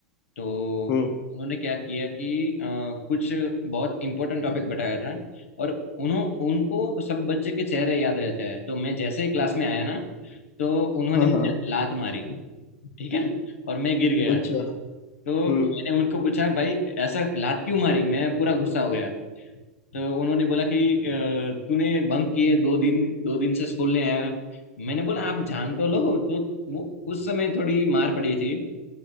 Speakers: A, on the left (about 85°); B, on the left (about 40°).
A: तो
B: हम्म
A: उन्होंने क्या किया कि अ, कुछ बहुत इंपॉर्टेंट टॉपिक बताया था और उन्हों उनको सब बच्चे के चेहरे याद रहते हैं तो मैं जैसे ही क्लास में आया ना तो उन्होंने
B: हाँ
A: मुझे
B: हाँ
A: लात मारी ठीक है और मैं गिर गया
B: अच्छा
A: तो
B: हम्म
A: मैंने उनको पूछा भाई ऐसा लात क्यों मारी मैं पूरा गुस्सा हो गया तो उन्होंने बोला कि अ, तूने बंक किए दो दिन दो दिन से स्कूल नहीं आया मैंने बोला आप जान तो लो तो वो उस समय थोड़ी मार पड़ी थी